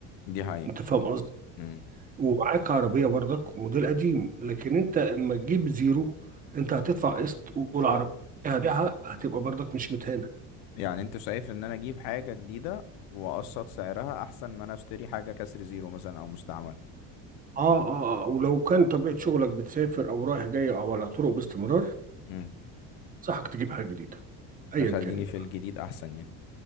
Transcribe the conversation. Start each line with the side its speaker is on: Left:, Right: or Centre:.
Left: دي حقيقة
Right: انت فاهم قصدي
Left: امم
Right: ومعاك عربية برضك موديل قديم لكن انت اما تجيب زيرو انت هتدفع قسط والعربية هتبيعها هتبقى برضك مش متهان
Left: يعني انت شايف ان انا اجيب حاجة جديدة واقسط سعرها احسن ما انا اشتري حاجة كسر زيرو مثلا او مستعمل
Right: اه اه آه. ولو كان طبيعة شغلك بتسافر او رايح جاي او على طرق باستمرار
Left: امم
Right: صحك تجيب حاجة جديدة ايا
Left: تخليني
Right: كان بقى
Left: في الجديد احسن يعني